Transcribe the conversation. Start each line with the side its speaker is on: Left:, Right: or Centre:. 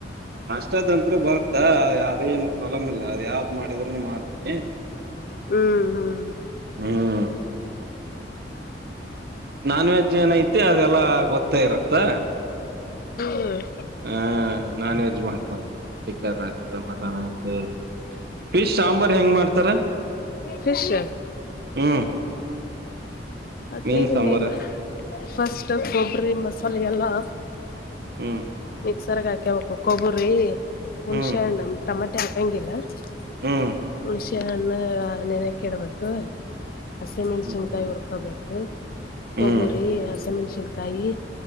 Right: ನಾಷ್ಟದಂತ್ರು ಬರುತ್ತಾ ಯಾವ್ದೇ ಏನ್ ಪ್ರಾಬ್ಲಮ್ ಇಲ್ಲ ಅದ್ ಯಾವ್ದ್ ಮಾಡಿದ್ರೂನು ಮಾಡ್ತೀನಿ
Left: ಹ್ಮ್ ಹ್ಮ್
Right: ಹ್ಮ್. ಹ್ಮ ನಾನ್ ವೆಜ್ ಏನೈತೆ ಅದೆಲ್ಲ ಗೊತ್ತೇ ಇರತ್ತೆ.
Left: ಹ್ಮ್
Right: ಹಾ ನಾನ್ ವೆಜ್ ಮಾಡ್ಕೊಂತೀವಿ ಚಿಕನ್ ಆಯ್ತು ಮಟನ್ ಆಯ್ತು ಫಿಶ್ ಸಾಂಬಾರ್ ಹೆಂಗ ಮಾಡ್ತಾರ.
Left: ಫಿಷ್.
Right: ಹ್ಮ್
Left: ಅದೇನ
Right: ಮೀನ್ ಸಾಂಬಾರ್
Left: ಇಲ್ಲ. ಫಸ್ಟ್ ಕೊಬ್ಬರಿ ಮಸಾಲಿ ಎಲ್ಲಾ.
Right: ಹ್ಮ.
Left: ಮಿಕ್ಸರ್ ಹಾಕೇಬೇಕು ಕೊಬ್ಬರಿ. ಹುಣಸೆ
Right: ಹ್ಮ್
Left: ಹಣ್ಣ. ಟಮಾಟೆ ಹಾಕಂಗಿಲ್ಲ. ಹುಣಸಿ.
Right: ಹ್ಮ್
Left: ಹುಣಸೇ ಹಣ್ಣ ನೆನಾಕಿ ಇಡಬೇಕು. ಹಸಿಮೆಣಸಿನಕಾಯಿ
Right: ಹ್ಮ್
Left: ಹುರಕೊಬೇಕ. <unintelligible> ಕೊಬ್ಬರಿ
Right: ಹ್ಮ್
Left: ಹಸಿಮೆಣಸಿನ. ಕಾಯಿ.